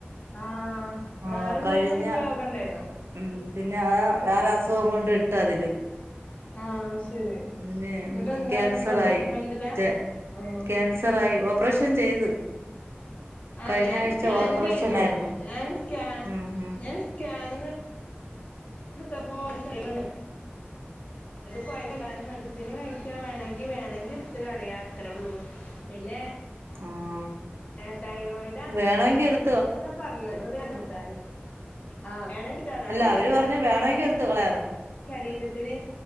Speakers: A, on the left; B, on the right.
A: ആഹ്
B: ആ
A: വേറെന്തേലും
B: കഴിഞ്ഞ
A: രോഗം ണ്ടായിന്നോ?
B: ഉം പിന്നെ അ വേറെ അസുഖം കൊണ്ട് ഇട്ട് അതില്
A: ആഹ് ശരി
B: ഉം പിന്നെ
A: എന്നിട്ട്
B: ഉം
A: എന്താണ്
B: കാൻസർ
A: ഇപ്പൊ ട്രീറ്റ്മെന്റിലാ
B: ആയി റ്റെ
A: ആഹ്
B: കാൻ സറായി ഓപ്പറേഷൻ ചെയ്ത്
A: ആഹ്
B: കഴിഞ്ഞ
A: ഞാൻ
B: ആഴ്ച
A: സ്കാൻ
B: ഓപ്പറേഷനായിരുന്നു
A: ചെയ്തു. ഞാൻ സ്കാൻ
B: ഉം ഉം
A: ഞാൻ സ്കാനിങ്ങ് ട്ത്തപ്പൊ <unintelligible> അത് കൊഴപ്പല്ല. മെഡിസിന് കഴിച്ചാ വേണെങ്കി വേണെങ്കി ഇട്ത്ത് കളയാ അത്രള്ളൂ. പിന്നെ
B: ആഹ്
A: ഏ തൈറോയ്ഡാണ്.
B: വേണെങ്കി എടു
A: പർഞ്ഞ <inaudible> ആ വേണ
B: അല്ല
A: അത്
B: അവര്
A: ഈ തൈറോയ്ഡ്
B: പറഞ്ഞ് വേണമെങ്കി
A: നമ്മള
B: എടുത്ത് കളയാന്നാ
A: ശരീരത്തിന്